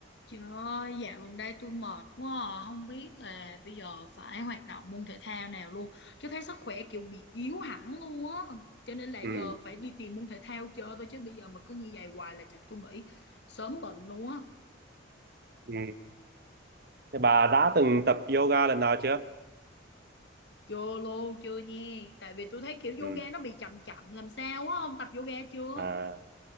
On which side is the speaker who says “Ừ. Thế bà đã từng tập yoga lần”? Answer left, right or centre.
Right